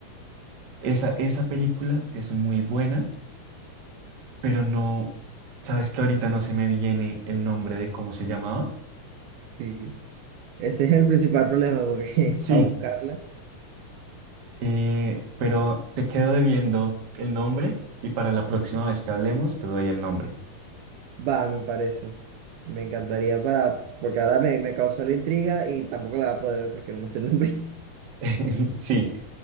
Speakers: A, on the right; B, on the right.
A: Esa, esa película es muy buena pero no, sabes que ahorita no se me viene el nombre de cómo se llamaba.
B: sí. Ese es el principal problema porque
A: Sí,
B: <laughs> para buscarla,
A: eh, pero te quedo debiendo el nombre y para la próxima vez que hablemos te doy el nombre.
B: va, me parece. Me encantaría para, porque ahora me, me causó la intriga y tampoco la voy a poder ver porque no me sé el nombre.
A: <laughs> Sí,